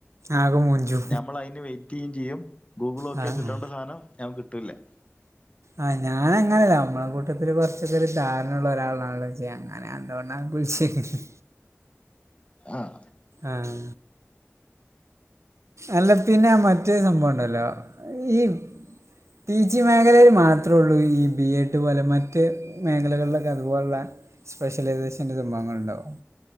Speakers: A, on the right; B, on the left.
A: ആകെ മൂഞ്ചു
B: ഞമ്മൾ അയിന് വെയ്റ്റെയും ചെയ്യും ഗൂഗിളോക്ക്യാകിട്ടേണ്ട
A: ആ ആ
B: സാനം ത ഞ്ഞം കിട്ടൂലെ.
A: ആഹ് ഞാനങ്ങനെയല്ല അമ്മളെ കൂട്ടത്തിൽ കൊറച്ചക്കൊരു ധാരണള്ള ഒരാളാണല്ലോ ഇജ്ജ്‌. ഞാൻ എന്തോണ്ടാ <unintelligible>
B: ആഹ്.
A: ആഹ്. അല്ല പിന്നെ മറ്റേ സംഭവണ്ടല്ലോ ഈ. പിജി മേഖലയിൽ മാത്രൊള്ളൂ ഈ ബി എഡ് പോലെ മറ്റ്. മേഖലകളിലൊക്കെ അതുപോലുള്ള സ്പെഷ്യലൈസേഷന്റെ സംഭവങ്ങൾണ്ടാവും.